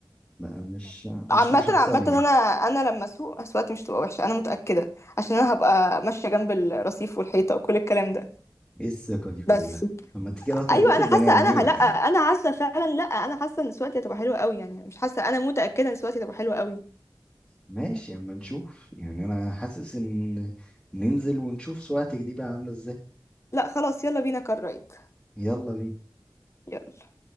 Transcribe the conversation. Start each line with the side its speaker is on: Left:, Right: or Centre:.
Centre: لا مش مش
Left: عامة
Centre: مشخصنين
Left: عامة انا انا لما اسوق اسواقتي مش تبقى وحشة انا متأكدة عشان انا هبقى ماشية جنب الرصيف والحيطة وكل الكلام ده
Centre: ايه الثقة دي كلها
Left: بس
Centre: طب ما انت كده هتخبطي
Left: ايوه انا
Centre: البني
Left: حاسة
Centre: ادمين
Left: انا ه- لا انا حاسة فعلا لا انا حاسة ان سواقتي هتبقى حلوة قوي يعني مش حاسة انا متأكدة ان سواقتي هتبقى حلوة قوي
Centre: ماشي اما نشوف يعني انا حاسس ان ننزل ونشوف سواقتك دي بقى عاملة ازاي
Left: لا خلاص يلا بينا كار رايد
Centre: يلا بينا
Left: يلا